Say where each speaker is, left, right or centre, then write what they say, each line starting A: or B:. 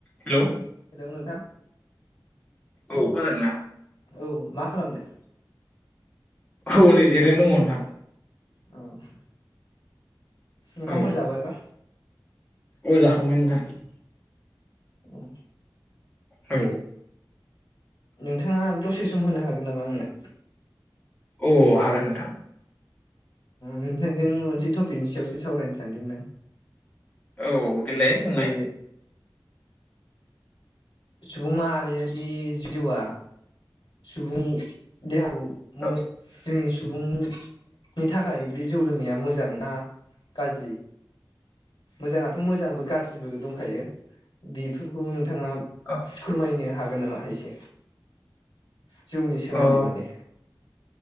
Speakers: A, on the left (about 20°); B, on the left (about 75°).
A: हेल'।
B: हेल' नोंथां।
A: औ खोनादोंना?
B: औ मा खालामदों?
A: औ नै जिरायना दं नोंथां।
B: औ। ओंखामफोर
A: औ
B: जाबायबा
A: औ जाखांबाय नोंथां।
B: औ।
A: औ।
B: नोंथाङा दसे सम होनो हागोन नामा आंनो?
A: औ हागोन नोंथां।
B: नोंथांजों मोनसे टपिकनि सायावसो सावरायनो सानदोंमोन आं।
A: औ देलाय बुंनाय।
B: जे सुबुं माहारियादि जिउआ सुबुं देहा खौ मो
A: औ
B: जोंनि सुबुं नि थाखाय बे जौ लोंनाया मोजांना गाज्रि मोजांङाथ' मोजांबो गाज्रिबो दंखायो बेफोरखौ नोंथांङा फोरमायनो
A: अ
B: हागोन नामा एसे? जौनि सोमोन्दै
A: अ
B: माने